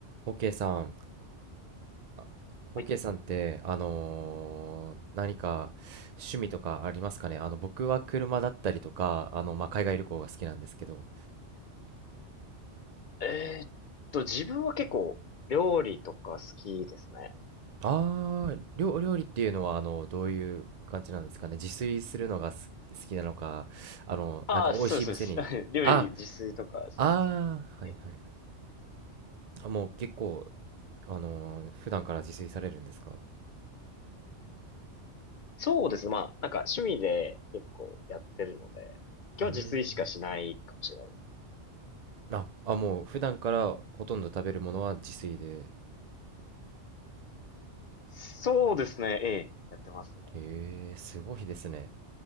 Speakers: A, on the right; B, on the left.
A: オーケさん、あオーケさんって、
B: はい
A: あのー何か趣味とかありますかねあの、僕は車だったりとか、あの、まあ、海外旅行が好きなんですけど。
B: えーっと、自分は結構料理とか好きですね。
A: あー、料、料理っていうのは、あの、どういう感じなんですかね自炊するのがす好きなのか、あの、
B: ああ、
A: なんか美味しい店に、
B: そうですそうです。<laughs> 料理自炊とかですね。
A: あ、あー、
B: え
A: はいはいはい。あもう結構、あのー普段から自炊されるんですか
B: そうですね。まあ、なんか趣味で結構やってるので、今日自炊しかしないかもしれない。
A: うーん。あ、あ、もう普段からほとんど食べるものは自炊で。
B: そうですね。ええ、やってますね。
A: えー、すごいですね。